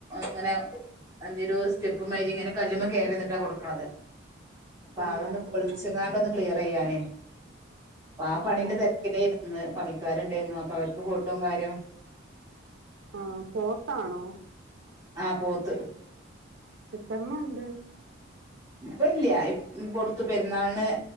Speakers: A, on the right (about 20°); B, on the right (about 70°).
A: ഇങ്ങനെ അതിന്റൊരു സ്റ്റെപ്പ് മായിരി ഇങ്ങനെ കല്ലുമ്മേ കേറി നിന്നിട്ടാ കൊടുക്കണത്. അപ്പ
B: ആണോ
A: അതൊന്ന് പൊളിച്ച്
B: ഉം
A: ങ്ങാണ്ടൊന്ന് <unintelligible> പ്പ ആ പണീന്റെ
B: ആണോ
A: തെരക്കിലയിരുന്ന് പണിക്കാരുണ്ടാരുന്നു അപ്പം അവർക്ക് ഫുഡും കാര്യോം
B: ആ പോത്താണോ
A: ആ പോത്ത്
B: എത്രണ്ണം ഒണ്ട്
A: പ്പം ഇല്ല്യാ ഇപ് കൊടുത്തു പെരുന്നാളിന്